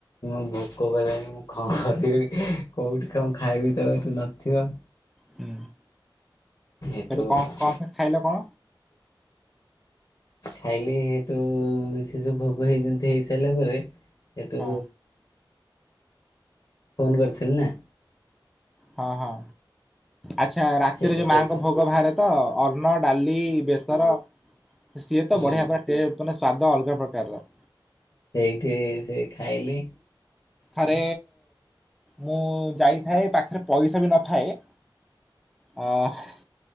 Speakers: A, on the left; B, in the centre.
A: ମୁଁ ଭୋକ କଲେଣି ମୁଁ କଣ କରିବି କୋଉଠି କଣ ଖାଇବି ତ ଏଠୁ ନଥିବ।
B: ହୁଁ
A: ଏଠୁ
B: ସେଠୁ କମ କମ ଖାଇଲ କଣ?
A: ଖାଇଲି ସେଠୁ ସେ ସବୁ ଭୋଗ ହେଇ ହେଇ ସାରିଲା ପରେ। ଏଟୁ
B: ହଁ
A: ଫୋନ୍ କରିଥିଲି ନା।
B: ହଁ ହଁ। ଆଚ୍ଛା ରାତିରେ
A: ସେଠୁ
B: ଯୋଉ
A: ସେ
B: ମାଆଙ୍କ
A: ହଁ
B: ଭୋଗ ବାହାରେ ତ ଅନ୍ନ, ଡାଲି ବେସର ସିଏ
A: ହୁଁ
B: ତ ବଢିଆ ପା ଟେ ମାନେ ସ୍ଵାଦ ଅଲଗା ପ୍ରକାରର।
A: ସେଇଠି ସେ ଖାଇଲି
B: ଆଡ଼େ ମୁଁ ଯାଇଥାଏ ପାଖରେ ପଇସା ବି ନଥାଏ ଅ ହ।